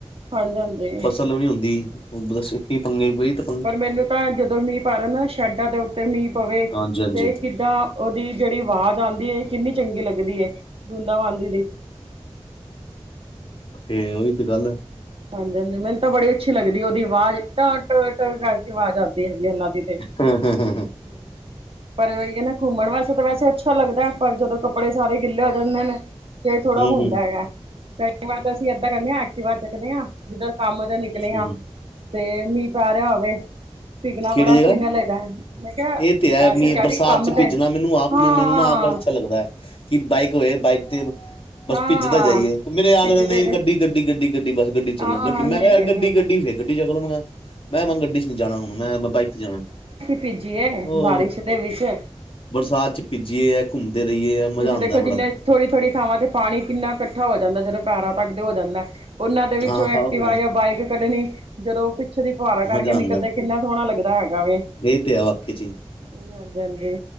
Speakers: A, on the right; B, on the left.
A: ਹਾਂਜੀ ਹਾਂਜੀ
B: ਫਸਲ ਵੀ ਹੁੰਦੀ, ਉਹ ਬਸ ਇਕ ਈ ਪੰਗੇ ਵੈ ਇਧਰ!
A: ਪਰ ਮੈਨੂੰ ਤਾਂ ਜਦੋਂ ਮੀਂਹ ਪਾ ਰਹੇ ਨਾ ਸ਼ੈਡਾਂ ਦੇ ਉੱਤੇ ਮੀਂਹ ਪਵੇ
B: ਹਾਂਜੀ ਹਾਂਜੀ
A: ਤੇ ਕਿੱਦਾਂ। ਉਹਦੀ ਜਿਹੜੀ ਆਵਾਜ਼ ਆਉਂਦੀ ਏ ਕਿੰਨੀ ਚੰਗੀ ਲੱਗਦੀ ਏ ਬੂੰਦਾਂ ਬਾੰਦੀ ਦੀ।
B: ਫੇਰ ਓਹੀ ਤੇ ਗੱਲ ਹੈ।
A: ਹਾਂਜੀ- ਹਾਂਜੀ ਮੈਨੂੰ ਤਾਂ ਬੜੀ ਅੱਛੀ ਲੱਗਦੀ ਉਹਦੀ ਆਵਾਜ਼ ਟ- ਟ ਕਰਕੇ ਆਵਾਜ਼ ਆਉਂਦੀ ਹੈਗੀ ਉਹਨਾਂ ਦੀ। ਤੇ
B: <unintelligible>
A: <inaudible> ਪਰ ਉਹਯੋ ਨਾ ਘੁੰਮਣਮਣ ਵਾਸਤੇ ਵੈਸੇ ਅੱਛਾ ਲੱਗਦਾ ਪਰ ਜਦੋਂ ਕੱਪੜੇ ਸਾਰੇ ਗਿੱਲੇ ਹੋ ਜਾਂਦੇ ਨੇ। ਫਿਰ ਥੋੜ੍ਹਾ
B: ਹੂੰ
A: ਹੁੰਦਾ
B: ਹੂੰ,
A: ਹੈਗਾ ਕਈ ਵਾਰ ਅਸੀਂ ਏਦਾਂ ਕਰਦੇ ਹਾਂ ਐਕਟਿਵ ਚੱਕਦੇ ਹਾਂ ਜਿੱਦਾਂ ਕੰਮ। ਨਿਕਲੇ
B: ਹੂੰ,
A: ਆ
B: ਹੂੰ।
A: ਤੇ ਮੀਂਹ ਪੈ ਰਿਹਾ ਹੋਵੇ ਪਿਗਣਾ
B: ਕਿਹੜੀ
A: ਬੜਾ
B: ਜਗ੍ਹਾ
A: ਚੰਗਾ ਲੱਗਦਾ। ਮੈਂ ਕਿਹਾ
B: ਇਹ ਤੇ ਹੈ
A: ਵੈਸੇ ਕਹਿ
B: ਬਰਸਾਤ
A: ਰਹੀ ਕੰਮ
B: ਚ
A: ਤੇ
B: ਭਿੱਜਣਾ ਮੈਨੂੰ ਆਪ
A: ਹਾਂ
B: ਮੈਨੂੰ ਨਾ ਆਪ ਬੜਾ ਅੱਛਾ ਲੱਗਦਾ ਹੈ। ਕਿ ਬਾਈਕ ਹੋਏ ਬਾਈਕ ਤੇ ਬਸ
A: ਹਾਂ
B: ਭਿੱਜਦਾ ਜਾਈਏ ਮੇਰੇ ਯਾਰ।
A: ਭਿੱਜਦੇ ਜੇ
B: ਗੱਡੀ ਗੱਡੀ ਗੱਡੀ ਬਸ ਗੱਡੀ
A: ਹਾਂ
B: ਚੱਲੋ ਗੱਡੀ
A: ਨਹੀਂ
B: ਮੈਂ ਯਾਰ
A: ਨਹੀਂ
B: ਗੱਡੀ
A: ਨਹੀਂ
B: ਗੱਡੀ ਫੇਰ ਗੱਡੀ। ਮੈਂ ਗੱਡੀ ਚ ਨਹੀਂ ਜਾਣਾ ਹੁਣ ਮੈਂ ਬਾਈਕ ਚ ਜਾਣਾ।
A: ਪੀਜੀਏ
B: ਉਹ
A: ਬਾਰਿਸ਼ ਦੇ ਵਿੱਚ।
B: ਬਰਸਾਤ ਚ ਪਿੱਜੀਏ। ਘੁੰਮਦੇ ਰਹੀਏ। ਐ ਮਜ਼ਾ
A: ਤੁਸੀਂ
B: ਆਂਦਾ
A: ਦੇਖੋ ਕਿਨੇ
B: ਬੜਾ
A: ਥੋੜ੍ਹੀ ਥੋੜ੍ਹੀ ਥਾਵਾਂ ਤੇ ਪਾਣੀ ਕਿੰਨਾ ਇਕੱਠਾ ਹੋ ਜਾਂਦਾ ਜਦੋਂ ਪੈਰਾਾਂ ਤਕ ਹੋ ਜਾਂਦਾ। ਉਹਨਾਂ ਦੇ ਵਿੱਚੋਂ
B: ਹਾਂ
A: ਐਕਟਿਵਾ
B: ਹਾਂ ਉਹ
A: ਜਾਂ ਬਾਈਕ ਕੱਢਣੀ। ਜਦੋਂ ਪਿੱਛੇ ਦੀ ਫੁਆਾਰਾਂ ਕਰਕੇ
B: ਮਜ਼ਾ
A: ਨਿਕਲਦੇ
B: ਆਂਦਾ
A: ਕਿੰਨਾ ਸੋਹਣਾ ਲੱਗਦਾ ਹੈਗਾ ਵੇ। ਹਾਂਜੀ-ਹਾਂਜੀ
B: ਇਹ ਤੇ ਹੈ ਵਾਕਈ ਚ ਹੀ,